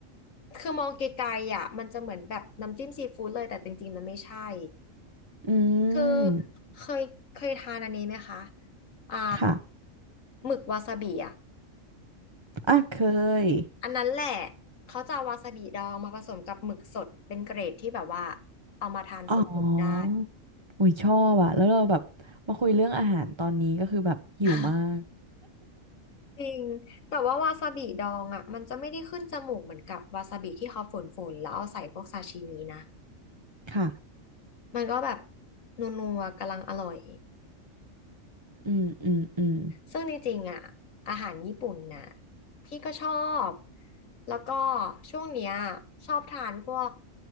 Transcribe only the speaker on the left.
คือมองไกลๆอ่ะมันจะเหมือนแบบน้ำจิ้มซีฟู้ดเลยแต่จริงๆมันไม่ใช่
คือ
เคยเคยทานอันนี้ไหมคะอ่า
หมึกวาซาบิอ่ะ
อันนั้นแหละเขาจะเอาวาซาบิดองมาผสมกับหมึกสดเป็นเกรดที่แบบว่าเอามาทานสดๆได้
<laughs> จริงแต่ว่าวาซาบิดองอ่ะมันจะไม่ได้ขึ้นจมูกเหมือนกับวาซาบิที่เขาฝนๆแล้วเอาใส่พวกซาชิมินะ
มันก็แบบนัวๆกำลังอร่อย
ซึ่งจริงๆอ่ะอาหารญี่ปุ่นน่ะพี่ก็ชอบแล้วก็ช่วงเนี้ยชอบทานพวก